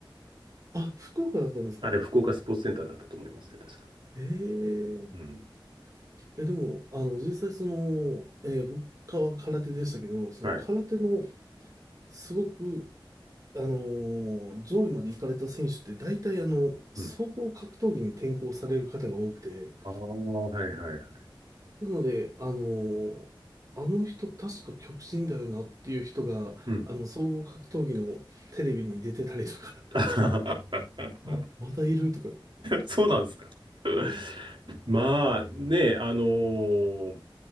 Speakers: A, on the right; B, on the right.
A: あ、福岡だったんですか。
B: あれ、福岡スポーツセンターだったと思いますね、確か。
A: ええ
B: うん。
A: いや、でも、あの、実際その、えー僕は空手でしたけど、その空手の
B: はい。
A: すごく、あのー上位まで行かれた選手って大体あの、総合格闘技に転向される方が多くて、
B: うん。ああ、はいはいはい。
A: なので、あのーあの人確か極真だよなっていう人が、
B: うん。
A: あの、総合格闘技のテレビに出てたりとか、
B: <laughs>
A: <laughs> あ、またいるとか。
B: そうなんですか。<laughs> まあ、ねあのー